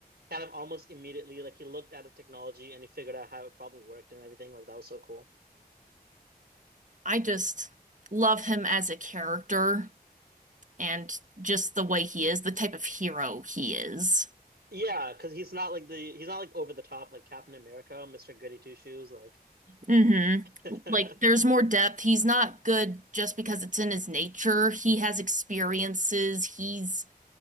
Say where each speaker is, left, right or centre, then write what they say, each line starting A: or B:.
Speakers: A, on the right (about 85°); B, on the right (about 50°).
A: kind of almost immediately like he looked at the technology and he figured out how it probably worked and everything. Like that was so cool.
B: I just love him as a character and just the way he is, the type of hero he is.
A: Yeah, because he's not like the he's not like over the top like Captain America, Mr. Goody Two Shoes, like.
B: Mm-hmm.
A: <laughs>
B: Like, there's more depth. He's not good just because it's in his nature. He has experiences. He's